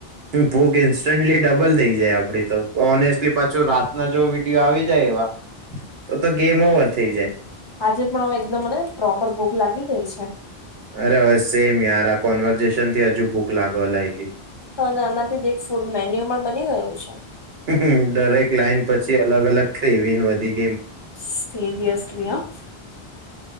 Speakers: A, on the right; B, on the left.
A: ભૂખ ઇન્સ્ટન્ટલી ડબલ થઈ જાય આપડી. તો ઓનેસ્ટલી પાછું રાતના જો વિડીયો આવી જાય એવા તો તો ગેમ ઓવર થઇ જાય.
B: આજે પણ હવે એકદમ મને પ્રોપર ભૂખ લાગી ગઈ છે.
A: અરે હવે સેમ યાર આ કોન્વર્ઝેશન થી હજુ ભૂખ લાગવા લાયગી.
B: અને આનાથી જ એક ફૂડ મેન્યુ પણ બની ગયું છે
A: હ હ દરેક લાઈન પછી અલગ અલગ ક્રેવીંગ વધી ગ
B: સીરયસલી હં